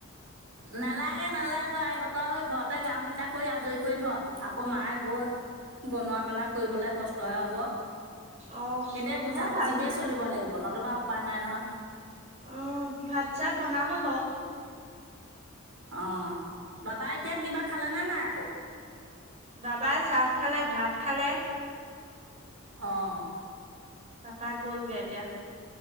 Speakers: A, on the right (about 85°); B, on the right (about 30°).
A: নেলাগে নালাগে তই আহিব তই হৈ ঘৰতে কাম কেইটা কৰি আজৰি কৰি থ আকৌ মায়ে গৈ বনোৱা মেলা কৰিবলে কষ্টহে হব
B: অ
A: সেইটোয়ে
B: নহয়
A: বুজা
B: ভাত
A: বুজিকেই চলিব লাগিব নতুবা উপায় নাই নহয়
B: আহ ভাত চাত বনামে বাৰু
A: অ বাবা এতিয়া কিবা খালেনে নাই আকৌ
B: বাবাই চাহ খালে ভাত খালে
A: অঁ
B: তাৰাপা গ'লগে এতিয়া